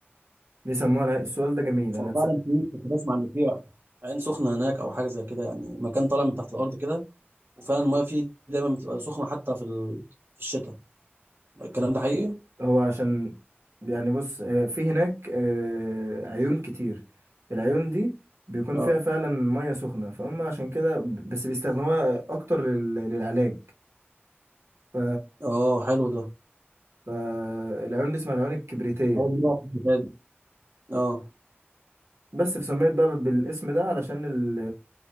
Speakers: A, on the right; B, on the right.
A: ليه سموها العين- السؤال ده جميل أنا
B: هو
A: اتسأل
B: فعلا في كنت بسمع ان في عين سخنه هناك او حاجه زي كده يعني مكان طالع من تحت الارض كده وفعلا المايه فيه دايما بتبقى سخنه حتى في ال- في الشتاء الكلام ده حقيقي
A: هو عشان يعني بص آه، في هناك آه، عيون كتير العيون دي بيكون
B: اه
A: فيها فعلا مية سخنة فهم عشان كده ب- بس بيستخدموها أكتر لل... للعلاج ف...
B: اه حلو ده
A: فالعيون دي اسمها العيون الكبريتية
B: اول مره أعرف الحكايه دي اه
A: بس فسميت بقى بالاسم ده علشان ال-